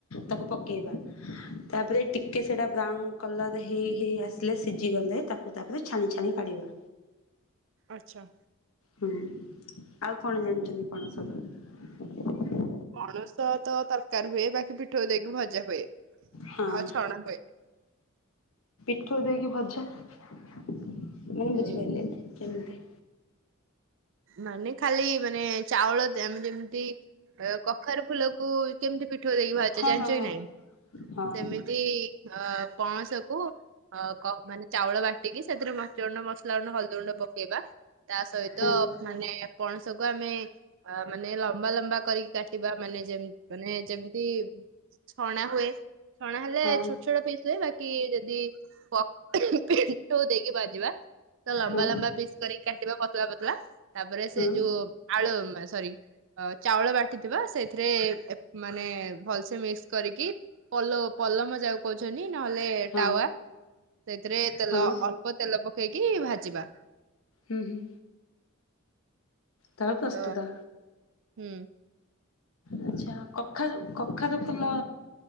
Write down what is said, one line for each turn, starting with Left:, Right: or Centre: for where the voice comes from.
Left: ତାକୁ ପକେଇବା ତାପରେ ଟିକେ ସେଟା ବ୍ରାଉନ କଲର ହେଇ ହେଇ ଆସିଲେ ସିଝି ଗଲେ ତାକୁ ତାପରେ ଛାଣି ଛାଣି କାଢିବା।
Right: ଆଚ୍ଛା।
Left: ହୁଁ ଆଉ କଣ ଜାଣିଚନ୍ତି ପଣସ
Right: ପଣସ ତ ତର କାରି ହୁଏ ବାକି ପିଠଉ ଦେଇକି ଭଜା ହୁଏ
Left: ହଁ
Right: ଆଉ ଛଣା ହୁଏ।
Left: ପିଠଉ ଦେଇକି ଭଜା ମାନେ ବୁଝିପାଇଲିନି
Right: ଏ
Left: କେମିତି?
Right: ମାନେ ଖାଲି ମାନେ ଚାଉଳ ଆମେ ଯେମିତି କଖାରୁ ଫୁଲକୁ କେମିତି ପି ଠଉ ଦେଇକି ଭାଜ
Left: ହଁ
Right: ଜାଣିଚ
Left: ହଁ
Right: କି ନାଇଁ
Left: ହଁ
Right: ସେମିତି ଅ ପଣସକୁ ଅ କ ମାନେ ଚାଉଳ ବାଟିକି ସେଥିରେ ବଚନା <unintelligible> ବସ୍ ଲଙ୍କା ଗୁଣ୍ଡ ହଲଦି ଗୁଣ୍ଡ ପକେଇବା ତା ସହିତ
Left: ହଁ
Right: ମାନେ ପଣସକୁ ଆମେ ଅ ମାନେ ଲମ୍ବା ଲମ୍ବା କରିକି କାଟିବା ମାନେ ଯେମ୍ ମାନେ ଯେମି ତି ଛଣା ହୁଏ। ଛଣା ହେଲେ
Left: ହଁ
Right: ଛୋଟ ଛୋଟ ପିସ୍ ହୁଏ ବାକି ଯ ଯଦି ପ ପିଠୋଉ ଦେଇକି ଭାଜିବା ତ ଲମ୍ବା
Left: ହଁ
Right: ଲମ୍ବା ପିସ୍ କରିକି କାଟିବା ପ ପତଳା ପତଳା ତାପରେ
Left: ହଁ
Right: ସେ ଯୋଉ ଆଳୁ ସରି ଚାଉଳ ବାଟିଥିବା ସେଥିରେ ମାନେ ଭଲସେ ମିକ୍ସ କରିକି ପଲ ପଲମ ଯାହା କହୁଛନ୍ତି ନହେଲେ
Left: ହଁ
Right: ଟାୱାଆ ସେଥିରେ ତେଲ
Left: ହଁ
Right: ଅଳ୍ପ। ତେଲ ପକେଇକି ଭାଜିବା।
Left: ହୁଁ ହୁଁ। ତାପରେ ପ୍ରସ୍ତୁତ
Right: ତ ହୁଁ।
Left: ଆଚ୍ଛା କଖାରୁ କଖାରୁ ଫୁଲ